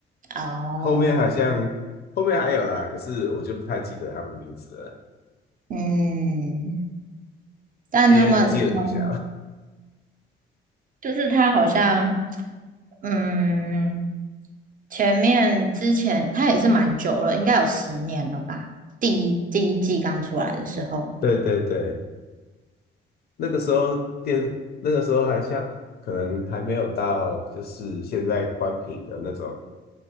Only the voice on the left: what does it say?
后面好像后面还有啦，可是我就不太记得他们名字了，
因为只记得主角。
对对对，那个时候电，那个时候还像可能还没有到就是现在关屏的那种